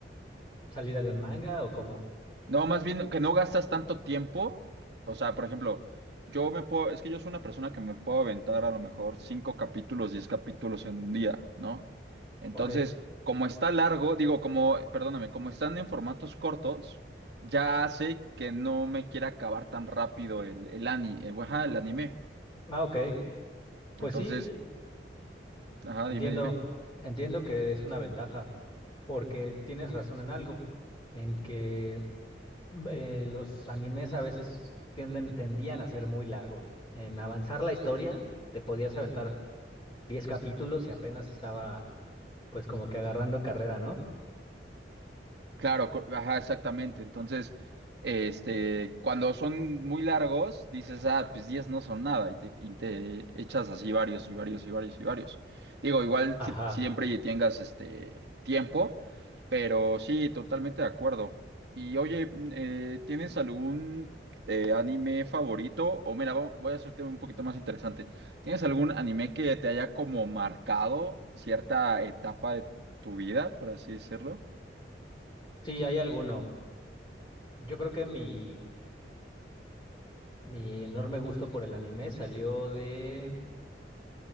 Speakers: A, on the left (about 25°); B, on the right (about 70°).
A: salida de un manga o cómo.
B: No, más bien que no gastas tanto tiempo. O sea, por ejemplo, yo me puedo, es que yo soy una persona que me puedo aventar a lo mejor cinco capítulos, diez capítulos en un día, ¿no? Entonces,
A: Ok.
B: como está largo, digo, como, perdóname, como están en formatos cortos, ya hace que no me quiera acabar tan rápido el, el ani- eh, ajá, el anime.
A: Ah, ok. Pues
B: Entonces,
A: sí, eh,
B: ajá,
A: entiendo,
B: dime, dime.
A: entiendo que es una ventaja. porque tienes razón en algo, en que mm, eh, los animes a veces tienden, tendían a ser muy largos. En avanzar la historia, te podías aventar 10 capítulos y apenas estaba pues como que agarrando carrera, ¿no?
B: Claro, co- ajá, exactamente. Entonces, este, cuando son muy largos, dices, ah, pues 10 no son nada, y te, y te echas así varios y varios y varios y varios. Digo, igual
A: Ajá.
B: si- siempre tengas este tiempo, pero sí, totalmente de acuerdo. Y oye, mm, eh, ¿tienes algún eh, anime favorito? O mira, vo- voy a hacerte un poquito más interesante. ¿Tienes algún anime que te haya como marcado cierta etapa de tu vida, por así decirlo?
A: Sí, hay alguno. Yo creo que mi, mi enorme gusto por el anime salió de...